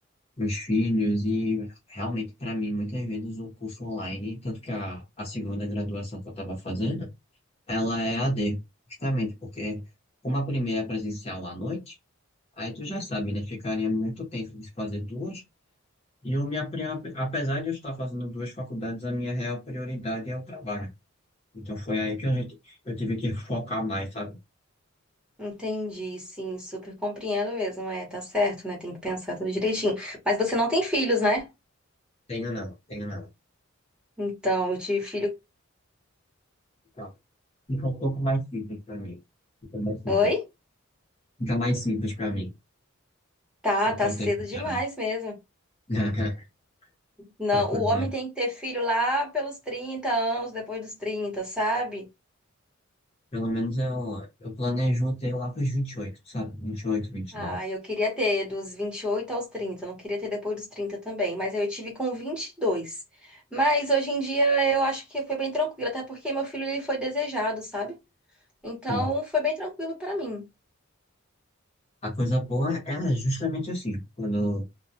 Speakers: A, on the left; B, in the centre.
A: os filhos e realmente para mim muitas vezes o curso online, tanto que a, a segunda graduação que eu estava fazendo, ela é a AD, justamente porque como a primeira é presencial à noite, aí tu já sabe, né? Ficaria muito tempo de fazer duas E eu me apre- apesar de eu estar fazendo duas faculdades, a minha real prioridade é o trabalho. Então foi aí que a gente, eu tive que focar mais, sabe?
B: Entendi, sim, super compreendo mesmo, é, tá certo, né? Tem que pensar tudo direitinho. Mas você não tem filhos, né?
A: Tenho não, tenho não.
B: Então, eu tive filho.
A: Tá. Fica um pouco mais simples para mim. Fica mais simples.
B: Oi?
A: Fica mais simples para mim,
B: Tá,
A: no
B: tá
A: contexto
B: cedo demais
A: geral,
B: mesmo.
A: <laughs>
B: Não,
A: para fazer.
B: o homem tem que ter filho lá pelos 30 anos, depois dos trinta sabe?
A: Pelo menos eu, eu planejo ter lá para os vinte e oito sabe? vinte vinte e oito vinte e
B: Ah,
A: nove
B: eu queria ter dos 28 aos 30. não queria ter depois dos 30 também, mas aí eu tive com 22. Mas hoje em dia eu acho que foi bem tranquilo, até porque meu filho ele foi desejado, sabe? Então
A: Sim.
B: foi bem tranquilo pra mim.
A: A coisa boa é justamente assim, quando,